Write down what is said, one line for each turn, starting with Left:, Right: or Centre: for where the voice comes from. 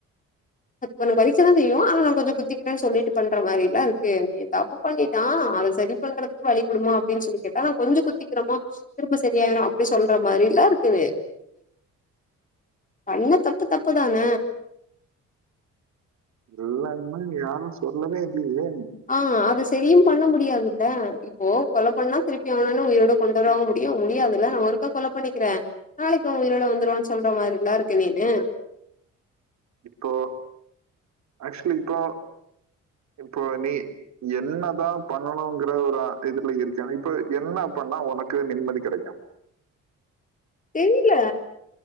Left: உனக் வலிக்கதா செய்யு ஆனா நா கொஞ்சோ குத்திக்கிறேன் சொல்லிட்டு பண்ற மாரி இல்ல அதுக்கு நீ தப்பு பண்ணிட்டா அது செரி பண்றதுக்கு வழி குடுமா அப்டின் சொல்லி கேட்டா நா கொஞ்சு குத்திக்கிறமா திரும்ப செரியாயிரு அப்டி சொல்ற மாரில்லருக்குது பண்ண தப்பு தப்புதான
Right: இல்லன்னு இங்க யாரு சொல்லவே இல்லியே
Left: ஆ அது செரியு பண்ண முடியாதுல்ல இப்போ கொல பண்ணா திருப்பி எவனான்னு உயிரோட கொண்டரவா முடியு முடியாதுல்ல ஒருக்கா கொலப் பண்ணிக்கிறே நாளைக்கு அவ உயிரோட வந்துருவான் சொல்ற மாரில்லருக்கு நீனு
Right: இப்போ ஆக்ஷ்வலி இப்போ இப்போ நீ என்னதா பண்ணணுங்கிற ஒரு அ இதுல இருக்கேனு இப்ப என்ன பண்ணா உனக்கு நிம்மதி கெடைக்கு
Left: தெரில